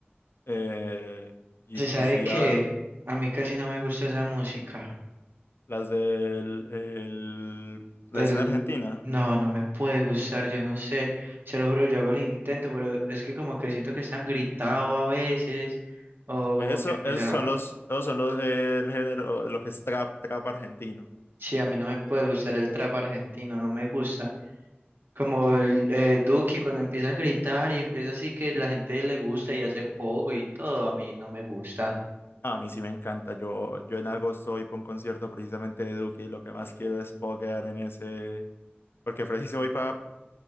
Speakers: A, on the left; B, on the right.
A: eh, Ye-
B: ¿Se sabe
A: ECA,
B: qué? A mí casi no me gusta esa música.
A: las del el- la
B: El-
A: escena argentina.
B: No, no me puede gustar, yo no sé, se lo juro, yo hago el intento, pero es que como que siento que están gritado a veces, o
A: Pues
B: como
A: eso,
B: que empieza,
A: esos son los, esos son los eh, el género, lo que es trap, trap argentino.
B: sí, a mí no me puede gustar el trap argentino, no me gusta. Como el eh, Duki cuando empieza a gritar y empieza así que la gente le gusta y hace poco y todo, a mí no me gusta.
A: A mí sí me encanta. Yo, yo en agosto voy para un concierto precisamente de Duki y lo que más quiero es poguear en ese. Porque preciso voy para